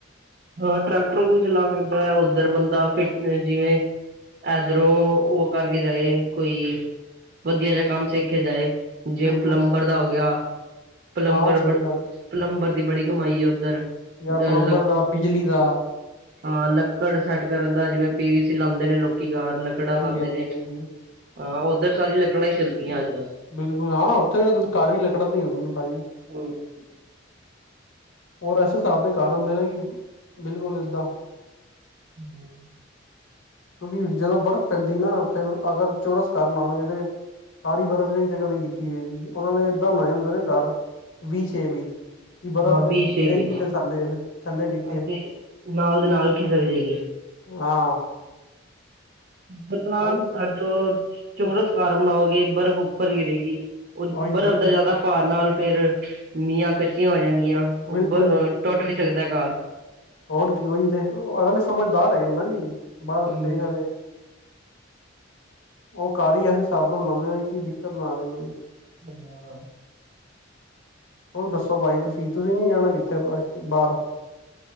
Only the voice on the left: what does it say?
ਬਿਲਕੁਲ
ਹਾਂ ਸਹੀ ਗੱਲ
ਜਾਂ
ਪਲੰਬਰ
ਦਾ ਬਿਜਲੀ ਦਾ।
ਹਾਂਜੀ
ਹਾਂਜੀ
ਹਾਂਜੀ
ਬਿਲਕੁਲ ਹਾਂ ਉੱਥੇ ਤਾਂ ਘਰ ਵੀ ਲੱਕੜ ਦੇ ਹੁੰਦੇ ਨੇ ਭਾਜੀ।
ਹੋਰ ਇਸੇ ਹਿਸਾਬ ਦੇ ਘਰ ਹੁੰਦੇ ਨੇ ਕਿ ਬਿਲਕੁਲ ਏਦਾਂ।
ਕਿਉਂਕਿ ਜਦੋਂ ਬਰਫ਼ ਪੈਂਦੀ ਨਾ ਫੇਰ ਅਗਰ ਚੋਰਸ ਘਰ ਬਣਾਉਣਗੇ ਤੇ। ਸਾਰੀ ਬਰਫ਼ ਇਕ ਜਗ੍ਹਾ ਤੇ ਗਿਰਦੀ ਰਹੇਗੀ ਉਹਨਾਂ ਨੇ ਏਦਾਂ ਬਣਾਇਆ ਹੁੰਦਾ ਨਾ ਘਰ। ਵੀ ਸ਼ੇਪ ਵਿੱਚ ਕੀ ਬਰਫ਼।
ਗਿਰੇ
ਜੀ ਵੀ ਤੇ ਸਾਡੇ ਥੱਲੇ ਡਿੱਗੇ
ਹਾਂ
ਭਾਈ
ਉਹੀ ਤੇ
ਬਿਲਕੁਲ
ਹੋਣ ਕੀ ਉਹੀ ਤੇ ਅਗਲੇ ਸਮਝਦਾਰ ਹੈਗੇ ਨਾ ਜੀ। ਬਾਹਰਲੇ
ਦੇਸ਼ ਵਾਲੇ ਉਹ ਕਾਰ ਹੀ ਐਸੇ ਸਾਬਧਾਨ ਲਾਉਂਦੇ ਕਿ ਦਿੱਕਤ ਨਾ ਆਵੇ ਕੋਈ।
ਹੁਣ ਦੱਸੋ ਭਾਜੀ ਤੁਸੀਂ ਤੁਸੀਂ ਨੀ ਜਾਣਾ ਕਿੱਥੇ ਵਾਸਤਵ ਬਾਹਰ।